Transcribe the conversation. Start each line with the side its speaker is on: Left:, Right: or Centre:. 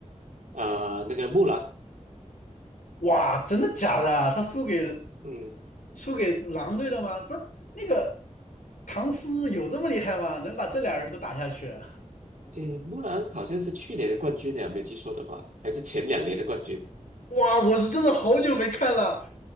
Right: 啊，那个木兰，
Left: 哇，真的假的啊？他输给
Right: 嗯
Left: 输给狼队了吗？不是，那个唐斯有这么厉害吗？能把这俩人都打下去？
Right: 嗯，木兰好像是去年的冠军呢，没有记错的话，还是前两年的冠军，
Left: 哇，我是真的好久没看了，